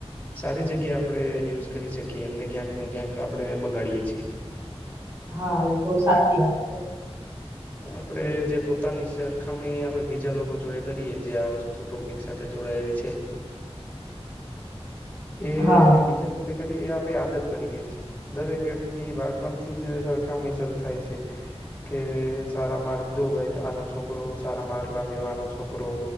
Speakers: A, on the left; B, on the right.
A: સારી જગ્યા આપડણે યુઝ કરી શકીએ એમને ક્યાંક ને ક્યાંક આપણે બગાડીએ છીએ
B: હા એ તો સાચી વાત છે
A: આપડે જે પોતાની સરખામણી આપડે બીજા લોકો જોડે કરીએ જે આ વુ ટોપિક સાથે જોડાયેલી છે એ
B: હા
A: બીજા સાથે કરી એ આપડી આદત બની ગઈ છે દરેક વ્યક્તિ બાળપણથી જ સરખામણી શરૂુ થાય છે કે સારા માર્ગ જો ભાઈ આનો છોક છોકરો સારા માર્ક લાવ્યો આનો છોકરો